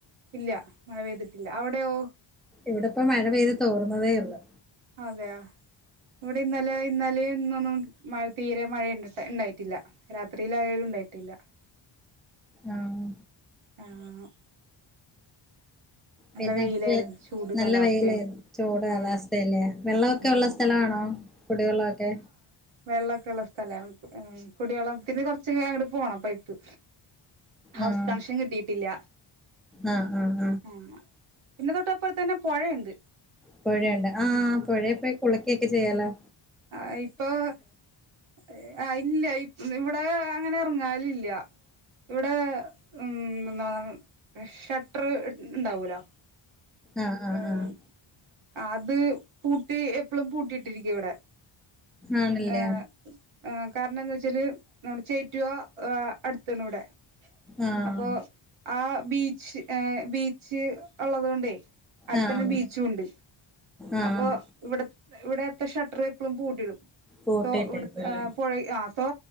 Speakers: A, on the right; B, in the centre.
A: ഇല്ല മഴ പെയ്തിട്ടില്ല അവടെയോ?
B: ഇവിടിപ്പം മഴ പെയ്ത് തോർന്നതേ ഉള്ളൂ
A: അതെയോ ഇവിടെ ഇന്നലെ ഇന്നലെയും ഇന്നൊന്നും മഴ തീരെ മഴണ്ടട്ട ഇണ്ടായിട്ടില്ല രാത്രിയിലായാലും ഇണ്ടായിട്ടില്ല
B: ആഹ്
A: ആഹ് നല്ല
B: പിന്നക്കെ
A: വെയിലായിരുന്നു ചൂട്
B: നല്ല
A: കാലാവസ്ഥയാണ്
B: വെയിലായി ചൂട് കാലാവസ്ഥയല്ലേ.
A: ആ
B: വെള്ളവൊക്കെ
A: ഉം
B: ഉള്ള സ്ഥലവാണോ? കുടിവെള്ളവൊക്കെ
A: വെള്ളോക്കെള്ള സ്ഥലാണ് ആം കുടിവെള്ളത്തിന് കൊർച്ച് അങ്ങട്ട് പോണം പൈപ്പ് ഹൗസ്
B: ആഹ്
A: കണക്ഷൻ കിട്ടിട്ടില്ല
B: ആഹ് ആഹ്
A: ആഹ് പിന്നെ തൊട്ടപ്പർതന്നെ പൊഴയിണ്ട്
B: പൊഴയുണ്ട് ആഹ് പൊഴേപ്പോയി കുളിക്കെക്കെ ചെയ്യാലെ
A: ആഹ് ഇപ്പോആഹ് ഇല്ല ഇവടെ അങ്ങനെ ഇറങ്ങാലില്ല്യ ഇവിടെ ഉം എന്താ <unintelligible> ഷട്ടർ ഇണ്ടാവോല്ലോ
B: ആഹ് ആഹ്
A: എമ്
B: ആഹ്
A: അത് പൂട്ടി എപ്പളും പൂട്ടിട്ടിരിക്കുവിടെ
B: ആണല്ലേ
A: ഏഹ് ആഹ് കാരണംന്താച്ചാല് നമ്മുടെ ചേറ്റുവ അടുത്താണ് വ്ടെ
B: ആഹ്
A: അപ്പൊ ആഹ് ബീച്ച് ഏഹ്. ബീച്ച് ഉള്ളതൊണ്ടേ അടുത്തന്നെ
B: ആഹ്
A: ബീച്ചുണ്ട്
B: ആഹ്
A: അപ്പൊ ഇവിടെ ഇവിടെത്തെ ഷട്ടർ എപ്പളും പൂട്ടിടും
B: കോട്ട
A: സോ ഇവിടെ
B: ടൈപ്പല്ലേ
A: ആ പുഴ ആഹ് സോ